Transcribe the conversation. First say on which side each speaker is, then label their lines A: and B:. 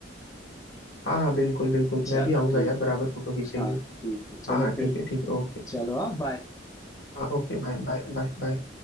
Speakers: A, on the left (about 75°); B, on the left (about 20°).
A: हाँ हाँ बिल्कुल बिल्कुल
B: चलो
A: मैं भी आऊंगा
B: ठीक
A: यार बराबर
B: है
A: फोटो खींचेंगे
B: हाँ ठीक है चलो
A: हाँ हाँ
B: फिर
A: ठीक है ठीक है ओके
B: चलो हाँ बाय
A: हाँ okay bye bye bye bye